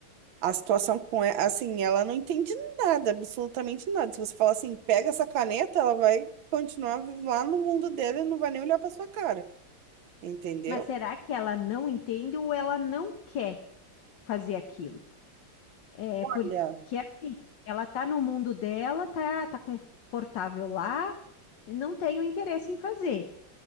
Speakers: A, on the right (about 85°); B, on the left (about 70°).
A: A situação com ela, assim, ela não entende nada, absolutamente nada. Se você falar assim, pega essa caneta, ela vai continuar lá no mundo dela e não vai nem olhar para sua cara, entendeu?
B: Mas será que ela não entende ou ela não quer fazer aquilo? É
A: Olha,
B: porque assim, ela tá no mundo dela, tá, tá confortável lá, e não tem o interesse em fazer.